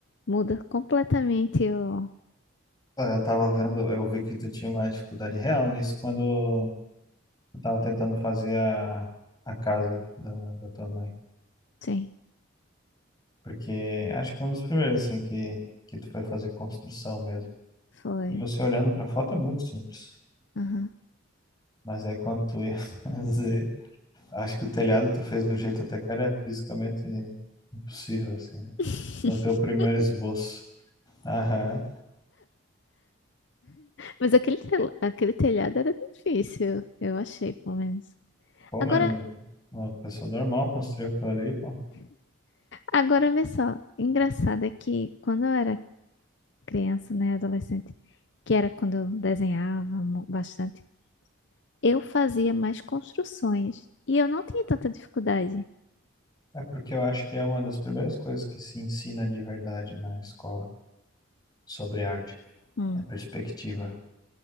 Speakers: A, on the left; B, on the left.
A: muda completamente o.
B: Pô, Eu tava vendo, eu vi que tu tinha uma dificuldade real nisso quando eu tava tentando fazer a, a casa da, da tua mãe.
A: Sim,
B: Porque acho que foi um dos primeiros, assim, que, que tu foi fazer construção mesmo.
A: foi.
B: E você olhando pra foto é muito simples.
A: Aham.
B: Mas aí quando tu ia <laughs> fazer. Acho que o telhado tu fez de um jeito até que era fisicamente impossível, assim.
A: <laughs>
B: No teu primeiro esboço. Aham.
A: Mas aquele, tel- aquele telhado era difícil, eu achei, pelo menos.
B: Pô,
A: Agora,
B: mas no- uma pessoa normal construiu aquilo ali, pô.
A: agora vê só, engraçado é que quando eu era criança, né, adolescente, que era quando eu desenhava mu- bastante, eu fazia mais construções e eu não tinha tanta dificuldade.
B: É porque eu acho que é uma das primeiras coisas que se ensina de verdade na escola sobre arte.
A: Hum.
B: É perspectiva.